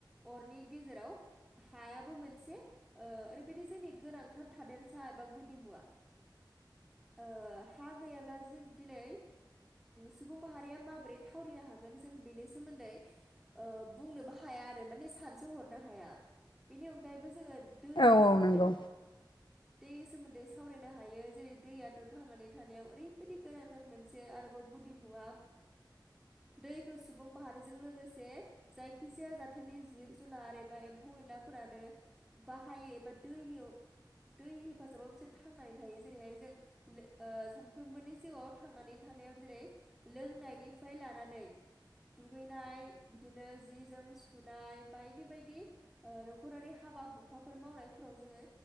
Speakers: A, in the centre; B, on the left.
A: अरनि गेजेराव हायाबो मोनसे ओ ओरैबायदि जोंनि गोनांथार थादेरसा एबा गुदि मुवा। ओ हा गैयाब्ला जि दिनै सुबुं माहारिया माबोरै थावरिनो हागोन जों बेनि सोमोन्दै बुंनोबो हाया आरो माने सानसो हरनो हाया बेनि अनगायैबो जोङो दैनि
B: औ औ
A: सोमोन्दै
B: नंगौ
A: दैनि सोमोन्दै सावरायनो हायो जेरै दैयाथ' थांनानै थानायाव ओरैबायदि गोनांथार मोनसे आरो गुदि मुवा दैखौ सुबुं माहारिजों लोगोसे जायखिजाया जाथोननि जिब जुनार एबा एम्फौ एनलाफोरानो बाहायो एबा दैनियाव दैनि हेफाजाबाव बिसोर थांनानै थायो जेरैहाय जों सानफ्रोमबोनि जिउआव थांनानै थानायाव जों लोंनायनिफ्राय लानानै दुगैनाय बिदिनो जि जोम सुनाय बायदि बायदि ओ न'खरारि हाबा हुखाफोर मावनायफोराव जोङो